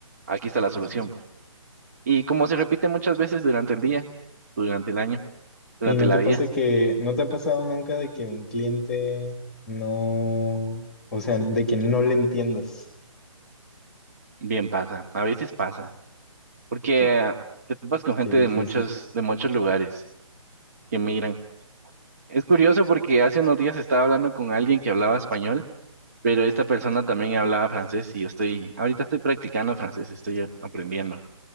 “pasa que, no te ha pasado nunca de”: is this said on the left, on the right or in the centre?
Centre